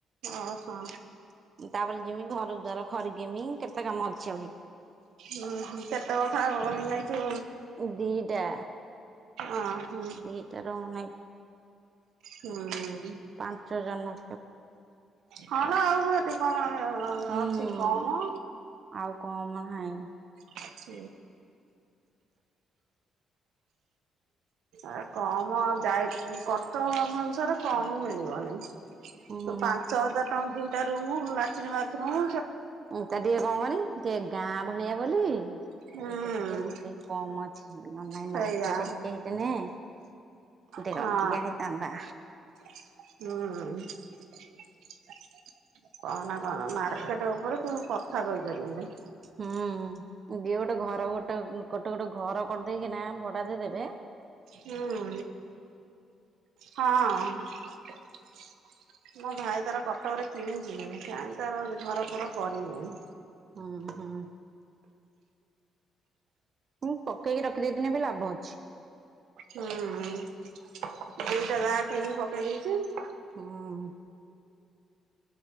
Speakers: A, on the right; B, on the right.
A: ଓହୋ
B: ତାପରେ ଯିମି ଘର ଦ୍ୱାର ଖରିକିମି କେତେ କାମ ଅଛି ଆଉରି।
A: ଉଁ ହୁଁ କେତେ ବଖରା ଘର ବନେଇଚୁ?
B: ଦିଟା।
A: ଅ ହଁ
B: ଦିଟାର ମାନେ
A: ହଁ।
B: ପାଞ୍ଚ ଜନ।
A: ହଁ ଲୋ ଆଉ ଏତିକି କଣ <unintelligible>
B: ହୁଁ
A: ଅଛି କମ
B: ଆଉ କମ ନାହିଁ
A: <unintelligible> ଆ କମ ଆଉ ଯାଇକି କଟକ ଭୋନଶରରେ କମ ମିଳିବ ନାଇଁ।
B: ହୁଁ।
A: ତ ପାଞ୍ଚ ହଜାର ଟଙ୍କା ଦିଟା ରୁମ୍ ଲାଟିନି ବାଥରୁମୁ
B: ଉଁ ତାର ଟିକେ କଣ କରନି ଟିକେ ଗାଁ ଭଳିଆ ବୋଲି <unintelligible>
A: ହୁଁ
B: ଏଇଟା ଟିକେ ସେତିକି କମ ଅଛି। ନ ହେଲେ ନାଇଁ
A: ସେଇଆ
B: ମାର୍କେଟ ଟିକେ ହେଇଥିନେ, ଟିକେ
A: ହଁ
B: ଅଧିକା ହେଇଥାନ୍ତା।
A: ହୁଁ। କହନା କହନା ମାର୍କେଟ ଉପରେ ତୁ କଥା କହିପାରିବୁନି।
B: ହୁଁ ଦିଏ ଗୋଟେ ଘର ଗୋଟେ ଗୋଟେ ଗୋଟେ ଘର କରିଦେଇକିନା ଭଡା ଦେଇ ଦେବେ
A: ହୁଁ ହଁ। ମୋ ଭାଇ ତାର କଟକରେ କିଣିଛି ଏବେ କାଇଁ ତାର ଘର ଫର କରିନେଇ।
B: ଉଁ ହୁଁ। ମୁଁ ପକେଇକି ରଖିଦେଇଦିନେ ବି ଲାଭ ଅଛି।
A: ହୁଁ ଦିଇଟା ଜାଗା କିଣିକି ପକେଇ ଦେଇଛି।
B: ହୁଁ।